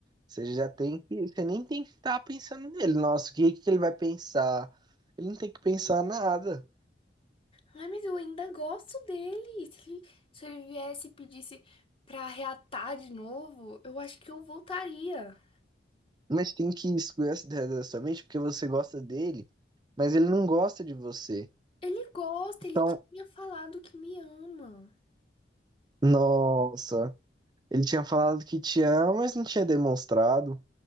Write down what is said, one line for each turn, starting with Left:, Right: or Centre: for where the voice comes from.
Right: Você já tem que, você nem tem que estar pensando nele. Nossa, o que que ele vai pensar? Ele não tem que pensar nada.
Left: Ai, mas eu ainda gosto dele. Se ele, se ele viesse e pedisse pra reatar de novo, eu acho que eu voltaria.
Right: Mas tem que excluir essa ideia da sua mente porque você gosta dele, mas ele não gosta de você.
Left: Ele gosta,
Right: Então,
Left: ele tinha falado que me ama.
Right: nossa, ele tinha falado que te ama, mas não tinha demonstrado.